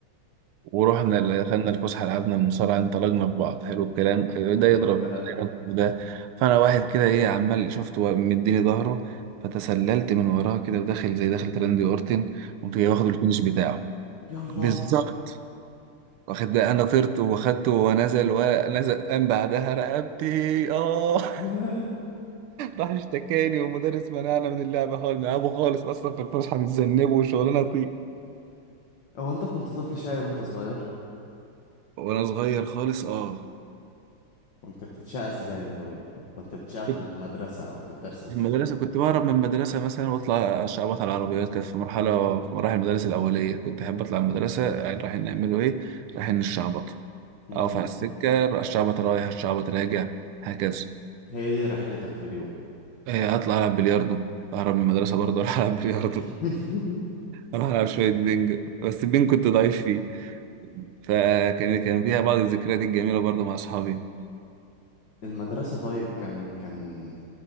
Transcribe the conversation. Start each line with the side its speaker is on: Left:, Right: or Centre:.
Right: ورحنا ال- دخلنا الفسحه لعبنا المصارعه انطلقنا في بعض حلو الكلام آه، ده
Left: حلو
Right: يضرب
Left: الكلام
Right: ده يضرب ده فانا واحد كده ايه عمال شفته و- مديني ظهره فتسللت من وراه كده وداخل زي دخلة راندي اورتن قمت جاي واخد الفينش بتاعه
Left: يلا
Right: بالظبط واخد بقى انا طرت واخدته ونزل ونزل قام بعدها رقبتي اه <laughs>
Left: <laughs>
Right: راح اشتكاني ومدرس منعنا من اللعبة خالص نلعبه خالص أصلا في الفسحة بنتذنبه وشغلانة طين
Left: هو انت كنت طفل شقي وانت صغير
Right: وانا صغير خالص اه
Left: كنت بتتشقى ازاي طيب كنت بتشقى في
Right: كنت
Left: المدرسة او في الدرس ازاي
Right: في المدرسه كنت بهرب من المدرسه مثلا واطلع اشعبط على العربيات كانت في مرحله في مراحل المدارس الاوليه كنت احب اطلع من المدرسه يعني رايحين نعمله ايه رايحين نشعبط
Left: امم
Right: اقف على السكه الشعبط رايح الشعبط راجع هكذا
Left: هي دي رحلتك في اليوم
Right: إيه اطلع العب بلياردو اهرب من المدرسه برضه اروح العب بلياردو
Left: <laughs>
Right: <laughs> اروح العب شويه بينج بس البينج كنت ضعيف فيه فكان كان فيها بعض الذكريات الجميلة برضه مع أصحابي
Left: المدرسة طيب كان كان